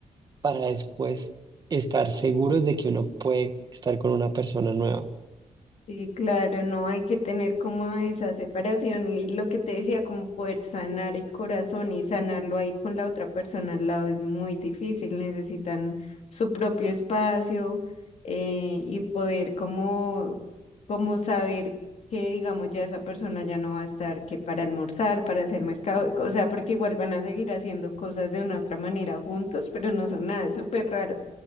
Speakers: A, on the right; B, on the left.
A: para después estar seguros de que uno puede estar con una persona nueva.
B: Sí, claro, no hay que tener como esa separación y lo que te decía, como poder sanar el corazón y sanarlo ahí con la otra persona al lado es muy difícil, necesitan su propio espacio eh, y poder como, como saber que digamos ya esa persona ya no va a estar que para almorzar, para hacer mercado, o sea, porque igual van a seguir haciendo cosas de una otra manera juntos, pero no son nada, es súper raro.